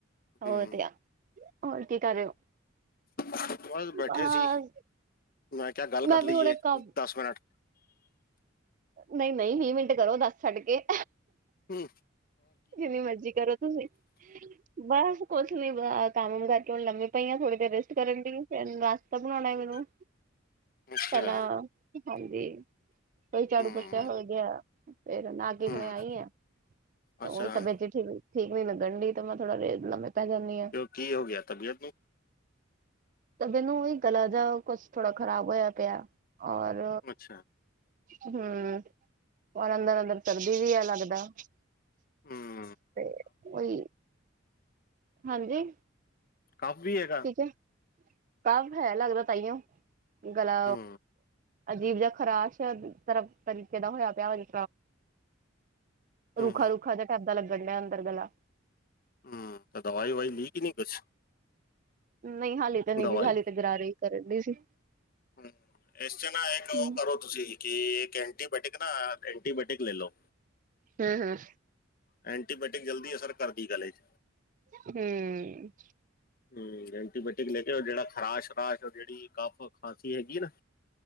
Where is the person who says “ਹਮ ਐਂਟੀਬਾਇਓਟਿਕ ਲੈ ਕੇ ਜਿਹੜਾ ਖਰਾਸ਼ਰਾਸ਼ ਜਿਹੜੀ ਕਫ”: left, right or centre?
Left